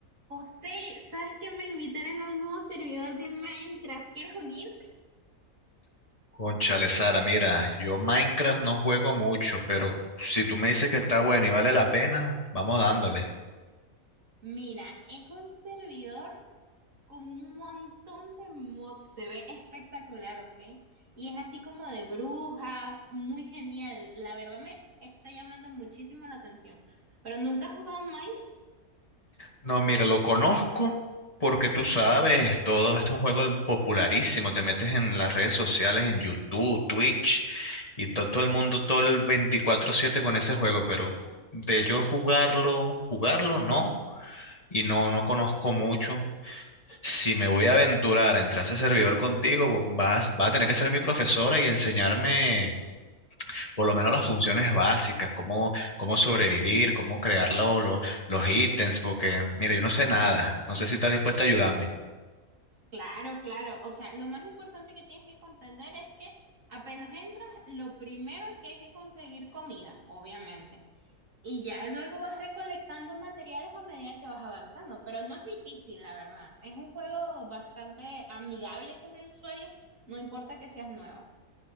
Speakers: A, on the right (about 60°); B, on the left (about 25°).
A: José, ¿sabes que me invitaron a un nuevo servidor de Minecraft? ¿Quieres unir?
B: Cónchale, Sara, mira, yo Minecraft no juego mucho, pero si tú me dices que está bueno y vale la pena, vamos dándole.
A: Mira, es un servidor con un montón de mods, se ve espectacular, ¿ok? Y es así como de brujas, muy genial. La verdad me está llamando muchísimo la atención. Pero nunca has jugado Minecraft.
B: No, mira, lo conozco porque tú sabes, todo esto es un juego popularísimo, te metes en las redes sociales, en YouTube, Twitch, y to- todo el mundo, todo el veinticuatro siete con ese juego, pero de yo jugarlo, jugarlo no, y no, no conozco mucho. Si me voy a aventurar a entrar a ese servidor contigo, vos vas, vas a tener que ser mi profesora y enseñarme por lo menos las funciones básicas, cómo, cómo sobrevivir, cómo crear lo- lo- los ítems, porque, mira, yo no sé nada, no sé si estás dispuesta a ayudarme.
A: Claro, claro. O sea, lo más importante que tienes que comprender es que apenas entras, lo primero es que hay que conseguir comida, obviamente. Y ya luego vas recolectando materiales a medida que vas avanzando, pero no es difícil, la verdad. Es un juego bastante amigable con el usuario, no importa que seas nuevo.